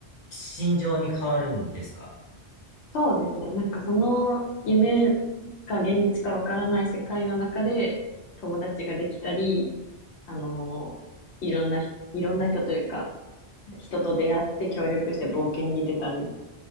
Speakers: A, on the left; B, on the left.
A: 心情に変わるんですか
B: そうですね。なんかその夢か現実かわからない世界の中で友達ができたり、あのいろんなひ、いろんな人というか、人と出会って協力して冒険に出たり、